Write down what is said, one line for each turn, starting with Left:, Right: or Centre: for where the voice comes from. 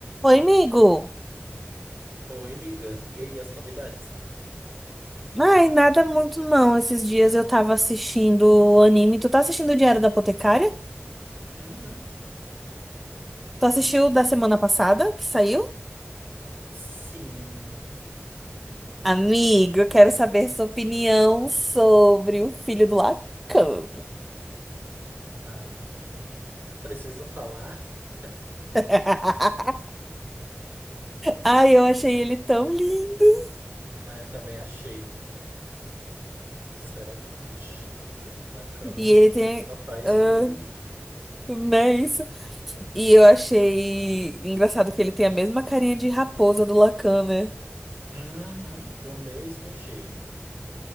Centre: Oi, amigo.
Right: Oi, amiga. E aí, as novidades?
Centre: Ai, nada muito não. Esses dias eu tava assistindo anime. Tu tá assistindo o Diário da Apotecária?
Right: Uhum.
Centre: Tu assistiu o da semana passada que saiu?
Right: Sim.
Centre: Amigo, eu quero saber sua opinião sobre o filho do Lacan.
Right: Ai, preciso falar. <laughs>
Centre: <laughs> Ai, eu achei ele tão lindo.
Right: É, também achei, sinceramente. Lacan
Centre: E ele tem.
Right: só faz
Centre: ah,
Right: filho bonito.
Centre: não é isso? E eu achei engraçado que ele tem a mesma carinha de raposa do Lacan, né?
Right: Uhum, do mesmo jeito.